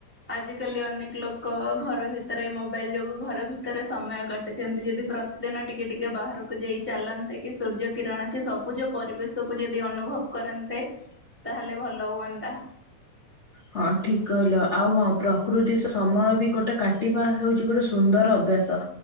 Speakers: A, in the centre; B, on the left (about 45°).
A: ଆଜିକାଲି ଅନେକ ଲୋକୋ ଘର ଭିତରେ ମୋବାଇଲ ଯୋଗୁ ଘର ଭିତରେ ସମୟ କାଟୁଚନ୍ତି ଯଦି ପ୍ର ଦିନ ଟିକେ ଟିକେ ବାହାରକୁ ଯାଇ ଚାଲନ୍ତେ କି ସୂର୍ଯ୍ୟ କିରଣ କି ସବୁଜ ପରିବେଶକୁ ଯଦି ଅନୁଭବ କରନ୍ତେ ତାହେଲେ ଭଲ ହୁଅନ୍ତା।
B: ହଁ ଠିକ କହିଲ ଆଉ ହଁ ପ୍ରକୃତି ସ ସମୟ ବି ଗୋଟେ କାଟିବା ହେଉଚି ଗୋଟେ ସୁନ୍ଦର ଅଭ୍ୟାସ।